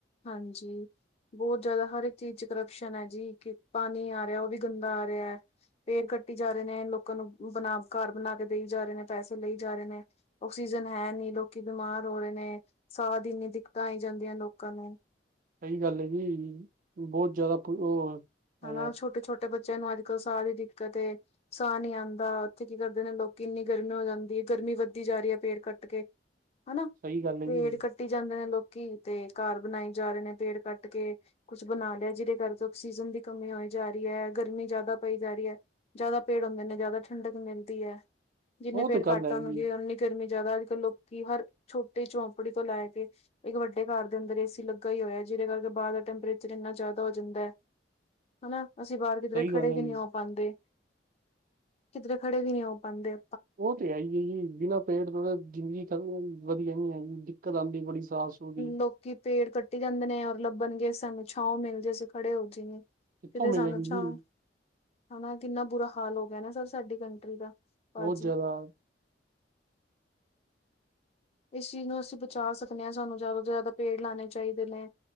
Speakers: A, on the left; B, on the right.
A: ਹਾਂਜੀ ਬਹੁਤ ਜ਼ਿਆਦਾ ਹਰ ਇੱਕ! ਚੀਜ਼ ਚ ਕਰਪਸ਼ਨ ਹੈ ਜੀ ਕਿ ਪਾਣੀ ਆ ਰਿਹਾ ਉਹ ਵੀ ਗੰਦਾ ਆ ਰਿਹਾ ਹੈ ਪੇੜ ਕੱ ਟੀ ਜਾ ਰਹੇ ਨੇ ਲੋਕਾਂ ਨੂੰ ਬਣਾ ਘਰ ਬਣਾ ਕੇ ਦੇਈ ਜਾ ਰਹੇ ਨੇ ਪੈਸੇ ਲਈ ਜਾ ਰਹੇ ਨੇ ਆਕਸੀਜਨ ਹੈ ਨਹੀ ਲੋਕੀ ਬਿਮਾਰ ਹੋ ਰਹੇ ਨੇ ਸਾਹ ਦੀ ਇੰਨੀ ਦਿੱਕਤਾਂ ਆਈ ਜਾਂਦੀਆਂ ਲੋਕਾਂ ਨੂੰ
B: ਸਹੀ ਗੱਲ ਹੈ ਜੀ ਬਹੁਤ ਜ਼ਿਆਦਾ ਉਹ ਹੈਗਾ
A: ਹਨਾ ਛੋਟੇ ਛੋਟੇ ਬੱਚੇ। ਬੱਚਿਆਂ ਨੂੰ ਅੱਜ ਕੱਲ੍ਹ ਸਾਹ ਦੀ ਦਿੱਕਤ ਏ ਸਾਹ ਨੀ ਆਂਦਾ ਉੱਥੇ ਕੀ ਕਰਦੇ ਨੇ ਲੋਕੀ ਇੰਨੀ ਗਰਮੀ ਹੋ ਜਾਂਦੀ ਗਰਮੀ ਵੱਧਦੀ ਜਾ ਰਹੀ ਹੈ ਪੇੜ ਕੱਟ ਕੇ ਹਨਾ
B: ਸਹੀ ਗੱਲ ਹੈ
A: ਪੇੜ
B: ਜੀ
A: ਕੱਟੀ ਜਾਂਦੇ ਨੇ ਲੋਕ ਕੀ ਤੇ ਘਰ ਬਣਾਈ ਜਾ ਰਹੇ ਨੇ ਪੇੜ ਕੱਟ ਕੇ ਕੁੱਛ ਬਣਾ ਲਿਆ ਜਿਹਦੇ ਕਰਕੇ ਆਕਸੀਜਨ ਦੀ ਗਰਮੀ ਹੋਈ ਜਾ ਰਹੀ ਹੈ ਗਰਮੀ ਜ਼ਿਆਦਾ ਪਈ ਜਾ ਰਹੀ ਹੈ ਜਿਆਦਾ ਪੇੜ ਹੁੰਦੇ ਨੇ ਜ਼ਿਆਦਾ ਠੰਡਕ ਮਿਲਦੀ ਹੈ ਜਿੰਨੇ
B: ਉਹ
A: ਪੇੜ
B: ਤੇ
A: ਕੱਟ
B: ਗੱਲ ਹੈ
A: ਹੋਣਗੇ
B: ਜੀ
A: ਊਨੀ ਗਰਮੀ ਜ਼ਿਆਦਾ ਅੱਜ ਕੱਲ ਲੋਕੀ ਹਰ ਛੋਟੀ ਝੋਪੜੀ ਤੋਂ ਲੈ ਕੇ ਇੱਕ ਵੱਡੇ ਘਰ ਦੇ ਅੰਦਰ ਏਸੀ ਲੱਗਾ ਹੀ ਹੋਇਆ ਜਿਹਦੇ ਕਰਕੇ ਬਾਹਰ ਦਾ ਟੈਂਪਰੇਚਰ ਇੰਨਾ ਜ਼ਿਆਦਾ ਹੋ ਜਾਂਦਾ ਹੈ ਹਨਾ ਅਸੀਂ ਬਾਹਰ ਕਿਧਰੇ
B: ਸਹੀ
A: ਖੜੇ
B: ਗੱਲ
A: ਵੀ
B: ਹੈ
A: ਨਹੀਂ
B: ਜੀ
A: ਹੋ ਪਾਂਦੇ ਕਿਧਰੇ ਖੜੇ ਵੀ ਨਹੀਂ ਹੋ ਪਾਂਦੇ
B: ਓ ਤੇ ਹੈਈ ਏ ਜੀ ਬਿਨਾ ਪੇੜ ਤੋਂ ਤੇ ਜ਼ਿੰਦਗੀ ਵਧੀਆ ਨੀ ਹੈਗੀ ਦਿੱਕਤ ਆਂਦੀ ਬੜੀ ਸਾਹ ਸੂ ਦੀ
A: ਲੋਕੀ ਪੇੜ ਕੱਟੀ ਜਾਂਦੇ ਨੇ ਔਰ ਲੱਭਣਗੇ ਸਾਨੂੰ ਛਾਓ ਮਿਲ ਜਾਏ ਅਸੀਂ ਖੜੇ ਹੋ ਕਿਤੇ
B: ਕਿੱਥੋਂ ਮਿਲੇਗੀ
A: ਸਾਨੂੰ ਛਾਂ ਹਨਾ ਕਿੰਨਾ ਬੁਰਾ ਹਾਲ ਹੋ ਗਿਆ ਨਾ ਸਰ ਸਾਡੀ ਕੰਟਰੀ ਦਾ ਭਾਜੀ
B: ਬਹੁਤ ਜ਼ਿਆਦਾ
A: ਇਸ ਚੀਜ਼ ਨੂੰ ਅਸੀਂ ਬਚਾ ਸਕਨੇ ਆਂ ਸਾਨੂੰ ਜ਼ਿਆਦਾ ਤੋਂ ਜ਼ਿਆਦਾ ਪੇੜ ਲਾਨੇ ਚਾਹੀਦੇ ਨੇ